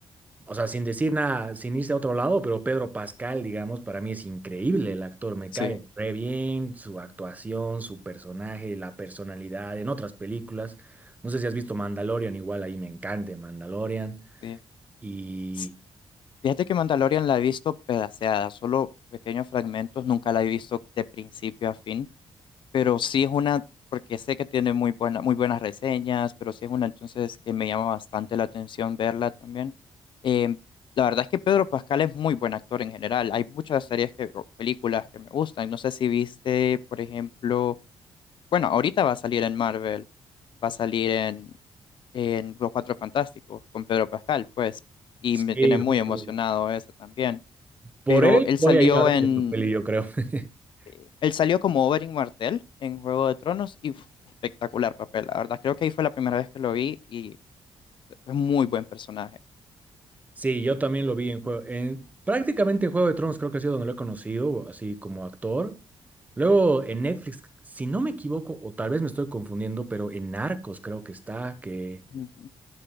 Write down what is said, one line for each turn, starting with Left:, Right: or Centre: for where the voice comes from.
Right: O sea, sin decir nada, sin irse a otro lado, pero Pedro Pascal, digamos, para mí es increíble el actor, me
Left: Sí.
Right: cae re bien, su actuación, su personaje, la personalidad, en otras películas. No sé si has visto Mandalorian, igual ahí me encanta Mandalorian.
Left: Sí.
Right: Y
Left: S- Fíjate que Mandalorian la he visto pedaceada, solo pequeños fragmentos, nunca la he visto de principio a fin, pero sí es una, porque sé que tiene muy buena, muy buenas reseñas, pero sí es una entonces que me llama bastante la atención verla también. Eh, la verdad es que Pedro Pascal es muy buen actor en general, hay muchas series que, o películas que me gustan, no sé si viste, por ejemplo, bueno, ahorita va a salir en Marvel, va a salir en, en Los Cuatro Fantásticos con Pedro Pascal, pues, y
Right: sí,
Left: me tiene muy
Right: justo
Left: emocionado eso también.
Right: por
Left: Pero
Right: él
Left: él
Right: voy
Left: salió
Right: a ir a ver
Left: en,
Right: esta peli, yo creo. <laughs>
Left: eh, él salió como Oberyn Martell en Juego de Tronos y uf, espectacular papel, la verdad. Creo que ahí fue la primera vez que lo vi y es muy buen personaje.
Right: Sí, yo también lo vi en juego, en prácticamente Juego de Tronos creo que ha sido donde lo he conocido, así como actor. Luego en Netflix, si no me equivoco, o tal vez me estoy confundiendo, pero en Narcos creo que está, que
Left: Ujú.